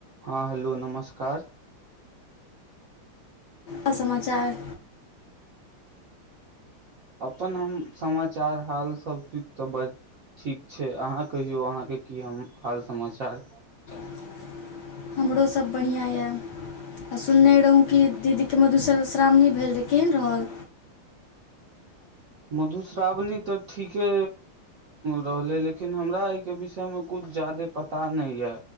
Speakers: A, on the right; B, on the left.
A: हॅं हेलो नमस्कार।
B: अ समाचार
A: अपन हम समाचार हाल सब चिज तऽ बढ़ ठीक छैयअहाँ कहियौ अहाँके की हम हाल समाचार।
B: <inaudible> सब बढ़िआँ ये। आ सुनने रहों कि दीदीके मधुश्रवश्रावणी भेल रहै केहन रहल।
A: मधुश्रावणी तऽ ठीके रहलै लेक किन हमरा एहिके विषयमे कुछ जादे पता नहि ये